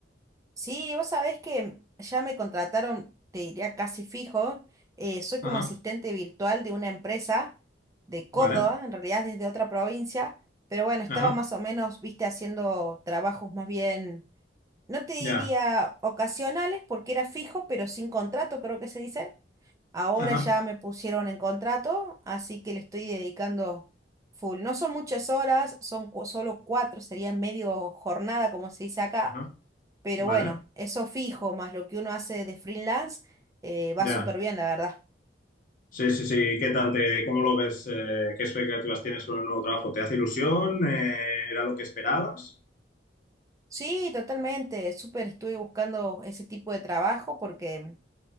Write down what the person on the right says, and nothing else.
Sí, vos sabés que ya me contrataron, te diría casi fijo. eh, soy como
asistente virtual de una empresa de Córdoba,
en realidad desde otra provincia, pero bueno, estaba
más o menos, viste, haciendo trabajos más bien, no te diría
ocasionales porque era fijo, pero sin contrato, creo que se dice. Ahora
ya me pusieron en contrato, así que le estoy dedicando full. No son muchas horas, son cu- solo cuatro, sería medio jornada, como se dice acá
pero
bueno, eso fijo, más lo que uno hace de freelance, eh, va
súper bien, la verdad.
Sí, totalmente, súper estuve buscando ese tipo de trabajo porque